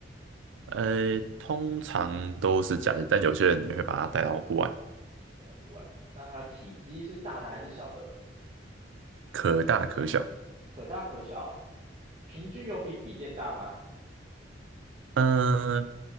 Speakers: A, on the right; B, on the right.
A: 呃，通常都是家里，但有些人也会把它带到户外，
B: 的户外？那它的体积是大的还是小的？
A: 可大可小。
B: 可大可小，平均有比笔电大吗？
A: 嗯、